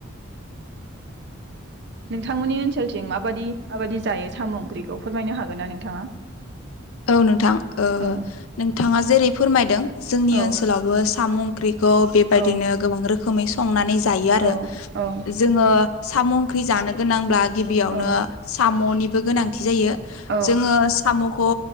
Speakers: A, on the left (about 80°); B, on the right (about 55°).
A: <inaudible>
B: नोंथांमोननि ओनसोलथिं माबायदि माबायदि जायो साम ओंख्रिखौ फोरमायनो हागोन ना नोंथाङा
A: औ नोंथां ओ
B: औ
A: नोंथाङा जेरै फोरमायदों जोंनि
B: औ
A: ओनसोलावबो सामु ओं खौ बेबायदिनो
B: औ
A: गोबां रोखोमै संनानै जायो आरो
B: औ औ
A: जोङो साम ओंख्रि जानो‌ गोनांब्ला गिबियावनो
B: औ
A: सा मनिबो गोनांथि जायो
B: औ
A: जोङो सामखौ